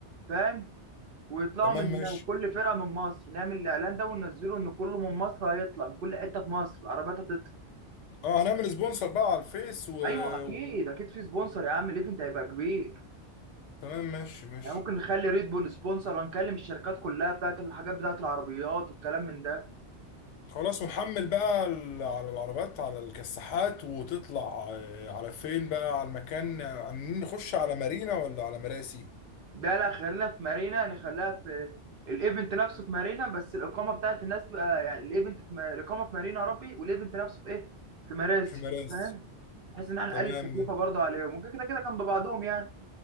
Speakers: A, on the right; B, on the left.
A: فاهم ويطلعوا
B: تمام
A: من هناك
B: ماشي
A: كل فرقة من مصر نعمل الإعلان ده وننزله إن كله من مصر هيطلع من كل حتة في مصر العربيات هتطلع
B: اه هنعمل سبونسر بقى على الفيس و...
A: أيوه أكيد
B: وخلاص.
A: أكيد في سبونسر يا عم الإيفنت هيبقى كبير
B: تمام ماشي ماشي
A: يعني ممكن نخلي ريد بول سبونسر ونكلم الشركات كلها بتاعت الحاجات بتاعت العربيات والكلام من ده
B: خلاص ونحمل بقى ال- على العربات على الكساحات وتطلع آه، على فين بقى على المكان عاملين نخش على مارينا ولا على مراسي
A: ده لا خلينا في مارينا نخليها في الايفنت نفسه في مارينا بس الاقامه بتاعت الناس تبقى يعني الايفنت في ما- الاقامه في مارينا يا ربي والايفنت نفسه في ايه في مراسي
B: في مراسي
A: فاهم بحيث ان احنا
B: تمام
A: نقلل التكلفه
B: ماشي.
A: برضه عليهم ممكن كده كده جنب بعضهم يعني